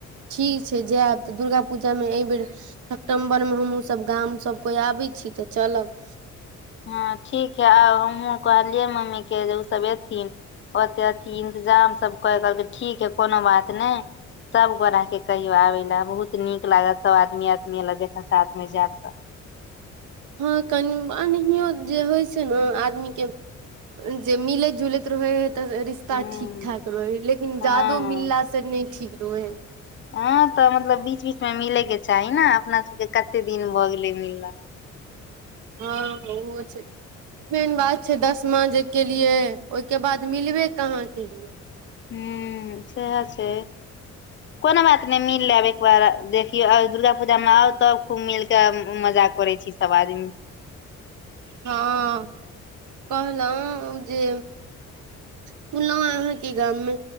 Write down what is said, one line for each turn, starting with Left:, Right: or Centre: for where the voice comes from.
Right: ठीक छै। जायब तऽ दुर्गा पूजा मे ऐ बेर सप्टेम्बर मे हमूँ सब गाम सभ कोइ आबै छी तऽ चलब।
Left: ह ठीक है आ हमहुँ कहलियै मम्मी कऽ जे उसब एथिन ओते अथी इंतजाम सब कऽ कहलकै ठीक है कोनो बात नहि सब गोरा कऽ कहियो आबैले बहुत नीक लागत सब आदमी-आदमी एलऽ देखल साथ मे जायब तऽ
Right: हँ कनि अनहियो जँ होइ छै नहि आदमी कऽ जँ मिलैत-झुलैत रहए तऽ सऽ र
Left: हूँ
Right: ता ठीक ठाक रहे हय लेकिन
Left: हँ
Right: जादो मिललास से नहि ठीक रहे ह
Left: ह तऽ मतलब बीच-बीच मे मिले कऽ चाही नहि अपना सबके कते दिन भऽ गेले मिल ला
Right: हँ ओहो छै। मेन बात छै दसमा जँ केलिये ओहिके बाद मिलबे कहाँ केलिये
Left: हुँ सएह छै कोनो बात नहि मिल लेब देखियौ दुर्गा पूजा मे आउ तब खूब मिल क मजा करे छी। सब आदमी
Right: हँ कहलो जे <unintelligible> सुनलौं अहाँके गाम मे